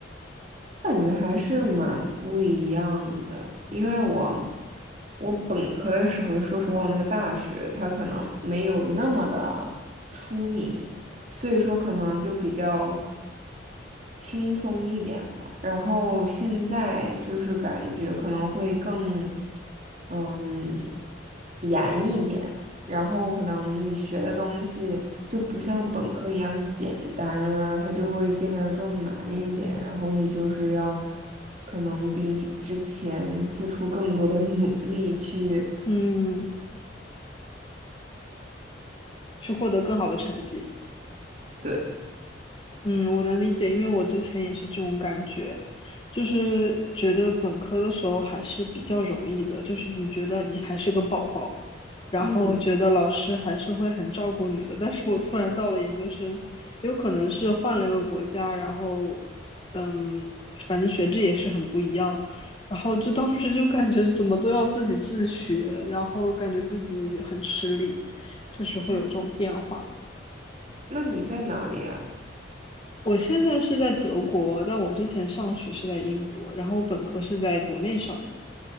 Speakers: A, on the right; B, on the left.
A: 感觉还是蛮不一样的，因为我我本科的时候，说实话，我那个大学它可能没有那么的出名，所以说可能就比较。轻松一点吧。然后现在就是感觉可能会更，嗯，严一点。然后可能你学的东西就不像本科一样简单啊，它就会变得更难一点。然后你就是要可能比之前付出更多的努力去，
B: 嗯，去获得更好的成绩。
A: 对，
B: 嗯，我能理解，因为我之前也是这种感觉，就是觉得本科的时候还是比较容易的，就是你觉得你还是个宝宝，然后觉得老师还是会很照顾你的。
A: 嗯，
B: 但是我突然到了研究生，有可能是换了一个国家，然后，嗯，反正学制也是很不一样，然后就当时就感觉怎么都要自己自学，然后感觉自己很吃力，确实会有这种变化。
A: 嗯那你在哪里啊？
B: 我现在是在德国，但我之前上学是在英国，然后我本科是在国内上的。